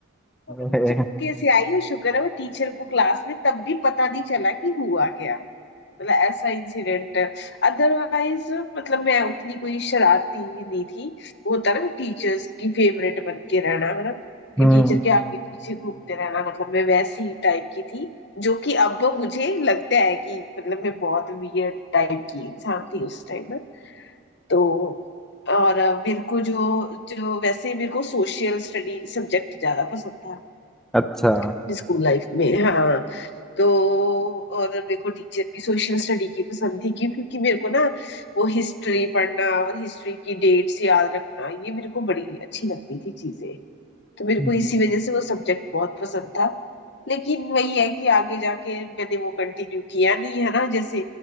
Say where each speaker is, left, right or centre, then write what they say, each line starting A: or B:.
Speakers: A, on the left; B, in the centre.
A: और
B: अरे,
A: मैं चुपके से आई और शुक्र है वो टीचर को क्लास में तब भी पता नहीं चला कि हुआ क्या मतलब ऐसा इंसिडेंट अदरवाइज मतलब मैं उतनी कोई शरारती नहीं थी वो होता ना टीचर्स की फेवरेट बन के रहना है ना कि
B: हम्म
A: टीचर के आगे पीछे घूमते रहना मतलब मैं वैसी टाइप की थी जो कि अब मुझे लगता है कि मतलब मैं बहुत वियर्ड टाइप की इंसान थी उस टाइम ना तो और अ, मेरे को जो जो वैसे मेरे को सोशल स्टडी सब्जेक्ट ज्यादा पसंद था
B: अच्छा
A: अपनी स्कूल लाइफ में हाँ तो और मेरे को टीचर भी सोशल स्टडी की पसंद थी क्यों क्योंकि मेरे को ना वो हिस्ट्री पढ़ना और हिस्ट्री की डेट्स याद रखना ये मेरे को बड़ी अच्छी लगती थी चीजें तो मेरे
B: हम्म,
A: को इसी वजह से वो सब्जेक्ट बहुत पसंद था लेकिन वही है कि आगे जाके मैंने वो कंटिन्यू किया नहीं है ना जैसे